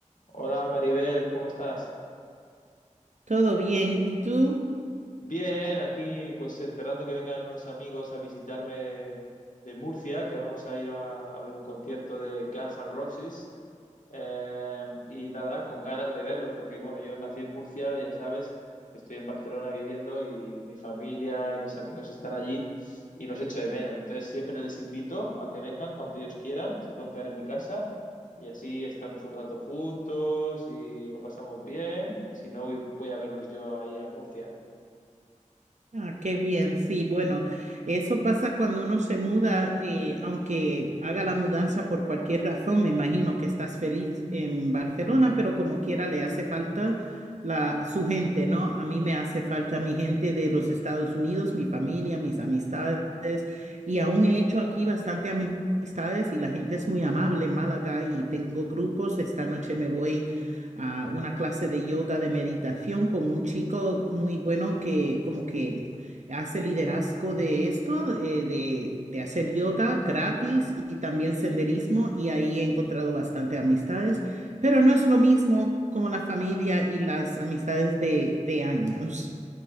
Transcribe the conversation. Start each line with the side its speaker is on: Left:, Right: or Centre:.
Left: Hola Maribel, ¿cómo estás?
Right: Todo bien, ¿y tú?
Left: Bien, aquí pues esperando que vengan unos amigos a visitarme de, de Murcia, que vamos a ir a, a ver un concierto de Guns N' Roses. Eh, y nada, con ganas de verlos, porque bueno, yo nací en Murcia, ya sabes, estoy en Barcelona viviendo y mi familia y mis amigos están allí y los echo de menos. Entonces siempre les invito a que vengan cuando ellos quieran, se pueden quedar en mi casa y así estamos un rato juntos y lo pasamos bien. Y si no, voy voy a verlos yo ahí a Murcia.
Right: Ah, qué bien, sí, bueno, eso pasa cuando uno se muda, eh, aunque haga la mudanza por cualquier razón, me imagino que estás feliz en Barcelona, pero como quiera le hace falta la, su gente, ¿no? A mí me hace falta mi gente de los Estados Unidos, mi familia, mis amistades, y aún he hecho aquí bastante ami- amistades y la gente es muy amable en Málaga y tengo grupos, esta noche me voy. a una clase de yoga, de meditación con un chico muy bueno que como que hace liderazgo de esto, eh, de, de hacer yoga gratis y también senderismo y ahí he encontrado bastante amistades, pero no es lo mismo como la familia y las amistades de, de años.